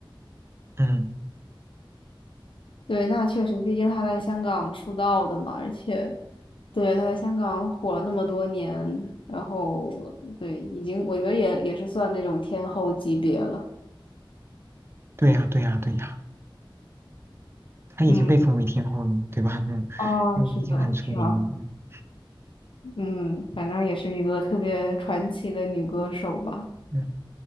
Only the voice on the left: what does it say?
对，那确实，毕竟他在香港出道的嘛，而且对他在香港火了那么多年，然后对，已经我觉得也也是算那种天后级别了。
嗯，
哦，
是的，是吧？
嗯，反正也是一个特别传奇的女歌手吧。